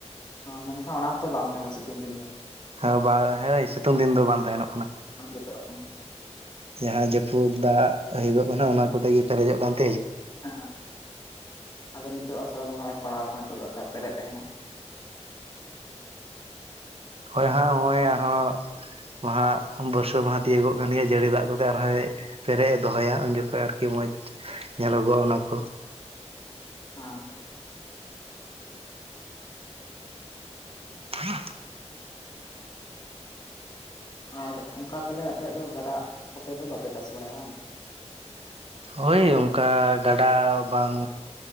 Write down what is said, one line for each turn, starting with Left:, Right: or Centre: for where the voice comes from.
Left: ᱢᱮᱱᱠᱷᱟᱱ ᱚᱱᱟ ᱦᱚᱸᱛᱚ ᱵᱟᱝ ᱛᱟᱦᱮᱱᱟ ᱥᱤᱛᱩᱝ ᱫᱤᱱ ᱫᱚ
Right: ᱦᱮᱸ ᱵᱟᱝ ᱦᱳᱭ ᱥᱤᱛᱩᱝ ᱫᱤᱱ ᱫᱚ ᱵᱟᱝ ᱛᱟᱦᱮᱸᱱᱚᱜ
Left: ᱟᱨ ᱡᱛᱟᱜ ᱠᱟᱱᱟ <unintelligible>
Right: ᱡᱟᱦᱟᱸ ᱡᱟᱹᱯᱩᱫ ᱫᱟᱜ ᱦᱩᱭᱩᱜᱚᱜ ᱠᱟᱱᱟ ᱚᱱᱟ ᱠᱚ ᱛᱮᱜ ᱜᱮ ᱯᱮᱨᱮᱡᱚᱜ ᱠᱟᱱ ᱛᱟᱦᱮᱸᱱᱟ
Left: ᱦᱮᱸ ᱟᱫᱚ ᱱᱤᱛᱚᱜ ᱟᱥᱟᱲ ᱵᱚᱝᱜᱟᱭ ᱯᱟᱲᱟᱣ ᱟᱠᱟᱱᱟ ᱱᱤᱛᱚᱜ ᱫᱚ ᱵᱟᱠᱷᱟᱡ ᱯᱮᱨᱮᱡ ᱛᱟᱦᱮᱸᱱᱟ
Right: ᱦᱳᱭ ᱦᱟᱸ ᱱᱚᱜᱼᱚᱭ ᱟᱨᱦᱚᱸ ᱢᱟᱦᱟ ᱵᱚᱨᱥᱟᱹ ᱢᱟᱦᱟ ᱛᱤᱭᱳᱜᱚᱜ ᱠᱟᱱ ᱜᱮᱭᱟᱭ ᱡᱟᱹᱲᱤ ᱫᱟᱜ ᱠᱚᱛᱮ ᱟᱨᱦᱚᱸᱭ ᱯᱮᱨᱮᱡ ᱮ ᱫᱚᱦᱚᱭᱟ ᱩᱱ ᱡᱚᱠᱷᱚᱱ ᱟᱨᱠᱤ ᱢᱚᱡᱽ ᱧᱮᱞᱚᱜᱚᱜᱼᱟ ᱚᱱᱟ ᱠᱚ
Left: ᱦᱮᱸ
Right: ᱦᱮᱸ <inaudible>
Left: ᱟᱨ ᱚᱱᱠᱟ ᱛᱟᱦᱞᱮ ᱟᱯᱮᱭᱟᱜ ᱫᱚ ᱜᱟᱰᱟ ᱠᱚᱛᱮ ᱫᱚ ᱵᱟᱯᱮ ᱪᱟᱥ ᱵᱟᱲᱟᱭᱟ ᱵᱟᱝ
Right: ᱦᱳᱭ ᱚᱱᱠᱟ ᱜᱟᱰᱟ ᱵᱟᱝ